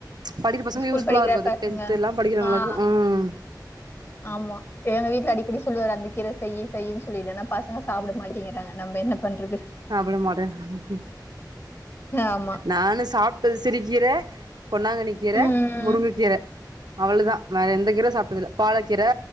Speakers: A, on the right; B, on the left.
A: படிக்க பசங்க
B: ஸ்கூல்
A: யூஸ் ஃபுல்லா
B: படிக்கிற
A: இருக்கு அது
B: பசங்க
A: டென்த் எல்லா படிக்கிறவுங்களுக்கு
B: ஆ
A: ம்
B: ஆமா எங்க வீட்ல அடிக்கடி சொல்லுவாரு அந்த கீர செய் செய்யின்னு சொல்லிட்டு ஆன பசங்க சாப்பட மாட்டேங்கிறாங்க நம்ம என்ன பண்றது
A: சாப்ட மாட் <inaudible>
B: ஆமா
A: நானு சாப்ட்டது சிறு கீர பொன்னாங்கன்னி கீர
B: உம்
A: முருங்க கீர அவ்ளுதா வேற எந்த கீர சாப்பிட்டதில்ல பாலக்கீர